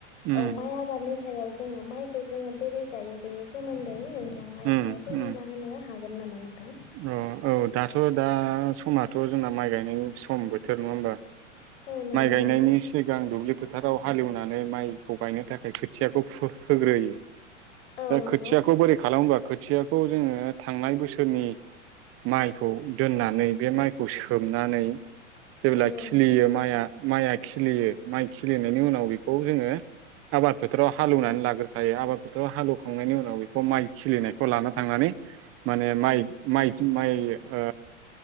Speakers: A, on the right (about 35°); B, on the left (about 65°).
A: उम
B: औ माइ आबादनि सायाव जोङो माइखौ जोङो बोरै गायो बेनि सोमोन्दै नोंथाङा एसे
A: उम
B: फोरमायना
A: उम
B: होनो हागोन नामा नोंथां?
A: औ औ दाथ' दा समाथ' जोंना माइ गायनाय सम बोथोर नङा होमबा।
B: औ नंगौ
A: माइ गायनायनि
B: नोंथां
A: सिगां दुब्लि फोथाराव हालेवनानै माइखौ गायनो थाखाय खोथियाखौ फु होग्रोयो
B: औ
A: दा
B: नंगौ
A: खोथियाखौ बोरै खालाम खोथियाखौ जोङो थांनाय बोसोरनि माइखौ दोननानै बे माइखौ सोमनानै जेब्ला
B: नंगौ
A: खिलियो
B: नोंथां
A: माइआ माइआ खिलियो माइ खिलिनायनि उनाव बेखौ जोङो आबाद फोथोराव हालौवनानै लाग्रोखायो आबाद फोथोराव हालौवखांनायनि उनाव बेखौ माइ खिलिनायखौ लाना थांनानै माने माइ माइ माइ ओ